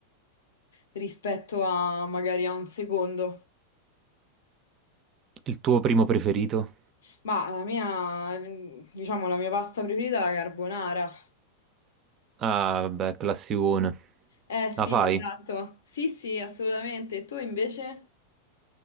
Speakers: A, on the left (about 60°); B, on the right (about 30°).
A: rispetto a magari a un secondo.
B: il tuo primo preferito?
A: Ma la mia, diciamo, la mia pasta preferita è la carbonara.
B: Ah, vabbè, classicone.
A: Eh sì,
B: La fai?
A: esatto. Sì, sì, assolutamente. E tu invece?